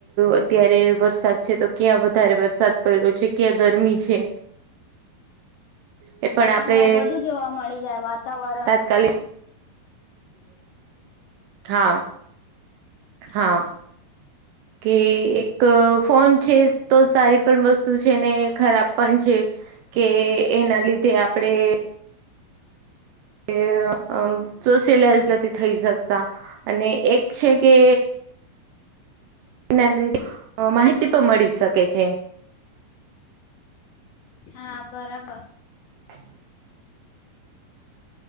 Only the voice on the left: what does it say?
<inaudible>
હ બધું જોવા મળી જાય વાતાવરણનું.
<inaudible>
હાપ બરાબર